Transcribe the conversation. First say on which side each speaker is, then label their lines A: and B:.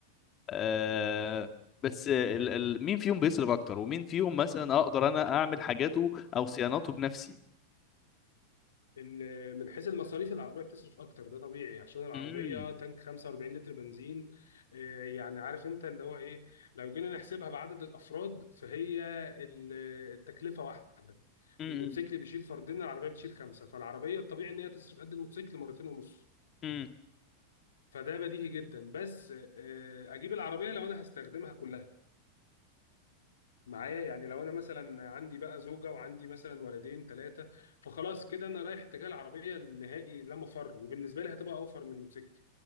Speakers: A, on the left; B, on the left.
A: آه... بس ال... ال... مين فيهم بيصرف اكتر ومين فيهم مثلا اقدر انا اعمل حاجاته او صيانته بنفسي
B: ال- من حيث المصاريف العربية بتصرف أكتر ده طبيعي عشان العربية
A: امم
B: تانك 45 لتر بنزين آه، يعني عارف أنت اللي هو إيه لو جينا نحسبها بعدد الأفراد فهي ال- التكلفة واحدة
A: امم
B: الموتوسيكل بيشيل فردين العربية بتشيل خمسة فالعربية الطبيعي إن هي تصرف قد الموتوسيكل مرتين ونص
A: امم
B: فده بديهي جدا بس آه، أجيب العربية لو أنا هستخدمها كلها معايا يعني لو انا مثلا عندي بقى زوجه وعندي مثلا ولدين ثلاثه فخلاص كده انا رايح اتجاه العربيه النهائي لا مفر وبالنسبه لي هتبقى اوفر من الموتوسيكل